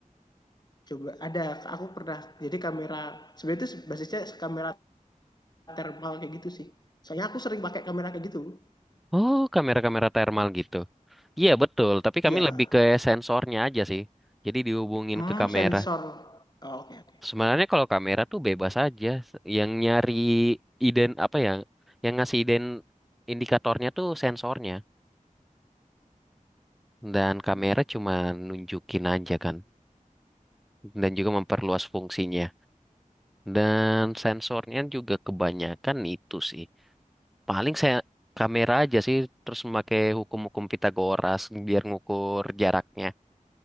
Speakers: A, on the left; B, in the centre.
A: Coba ada, aku pernah jadi kamera sebenarnya itu basisnya kamera thermal kayak gitu sih. Soalnya aku sering pakai kamera kayak gitu.
B: Oh, kamera-kamera thermal gitu. Iya betul, tapi
A: Iya,
B: kami lebih ke sensornya aja sih. Jadi dihubungin
A: mmm,
B: ke kamera
A: sensor. Oke Oh, oke oke.
B: Sebenarnya kalau kamera tuh bebas aja, yang nyari iden apa ya, yang ngasih iden indikatornya tuh sensornya dan kamera
A: Mmm,
B: cuma nunjukin aja kan dan juga memperluas fungsinya. Dan sensornya juga kebanyakan itu sih. Paling saya kamera aja sih terus memakai hukum-hukum Pitagoras biar ngukur jaraknya,